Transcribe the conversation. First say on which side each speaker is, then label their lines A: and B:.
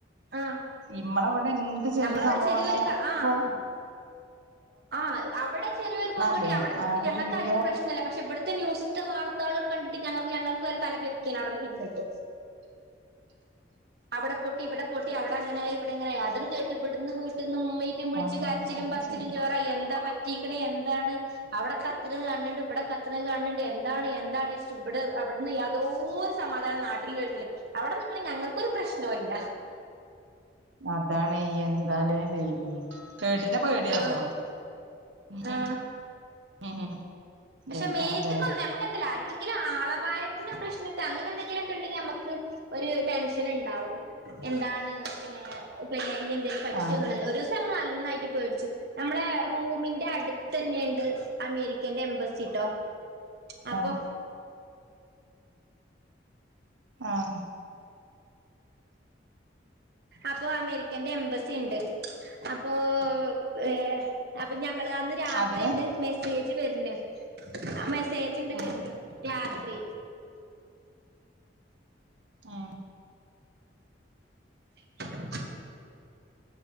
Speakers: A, on the right (about 55°); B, on the right (about 85°).
A: ആഹ്
B: ഇമ്മളവിടെ എന്ത് ചെറിയ
A: നമ്മളവിടെ
B: സംഭവം
A: ചെറിയൊരു
B: വന്നാലു
A: ആഹ്
B: അപ്പൊ
A: ആഹ് അവിടെ ചെറിയൊരു
B: ഫോണല്ലേ
A: ബോംബ് പൊട്ടി അവിടെ നിക്കണ
B: ആകെ
A: ഞങ്ങക്കാരിക്കും
B: വീഡിയോ
A: പ്രശ് ന്നുല്ല പക്ഷെ ഇവിടുത്തെ ന്യൂസത്തെ വാർത്തകള് കണ്ടിട്ട് ഞങ്ങൾക്ക് ഞങ്ങൾക്ക് വരെ തല പെരിക്കലാ അവിടെ ഇരിന്നിട്ട് അവിട പൊട്ടി ഇവിട പൊട്ടി അവിട അങ്ങനെയായി ഇവിടെ ഇങ്ങനെയായി അതുംകേട്ട് ഇവിടന്ന് വീട്ട്ന്ന് ഉമ്മയും യും വിളിച്ച്
B: ആഹ്
A: കരച്ചിലും
B: അത്
A: പറിച്ചിലും
B: ശരി
A: ജോറായി എന്താ പറ്റീക്കണേ എന്താണ് അവിടക്ക <unintelligible> കാണണ്ണ്ട്ഇവിടെ കത്തണത് കാണണ്ണ്ട് എന്താണ് എന്താണ് സ് ഇവടെ അവ ഇന്ന് യാതോരു സമാധാനം നാട്ടിലുള്ളോർക്കില്ല അവിട നിക്കണ ഞങ്ങക്കൊരു പ്രശ്നോംല്ല
B: അതാണേയ് എന്താല്ലേ ദൈവമേ കേട്ടിട്ട് പേടിയാവുട്ടോ
A: ആഹ്
B: <inaudible>
A: ആഹ് പക്ഷെ
B: എന്താലേ
A: മേത്തക്കൊന്നും നമുക്ക് എന്തല്ലാ ആർക്കെങ്കിലും ആളപായത്തിന് പ്രശ്നട്ട് അങ്ങനെ എന്തെിലൊക്കെ ഇണ്ടെങ്കി നമ്മക്ക് ഒരു ടെൻഷനിണ്ടാവും എന്താണ് പിന്നെ പിന്നെ ഇനി എന്തേങ്കിലും പറ്റിയോ
B: ആഹ്
A: ന്നുള്ളത് ഒരു ഇത്തവണ നന്നായിട്ട് പേടിച്ചു നമ്മളെ റൂമിന്റെ അടുത്തന്നെണ്ട് അമേരിക്കേന്റെ എംബസി സിട്ടോ അപ്പൊ
B: ആഹ് ആഹ്
A: അപ്പോ അമേരിക്കെന്റെ എംബസിണ്ട് അപ്പോ ഏഹ് അപ്പൊ ഞങ്ങള് അന്ന് രാത്രി
B: അതിന്
A: ഇണ്ട് മെസ്സേജ് വെരണ് ആ മെസ്സേജ് ഇണ്ട്
B: ഉം
A: വെര്ണ് രാത്രി
B: ഏഹ്
A: <inaudible>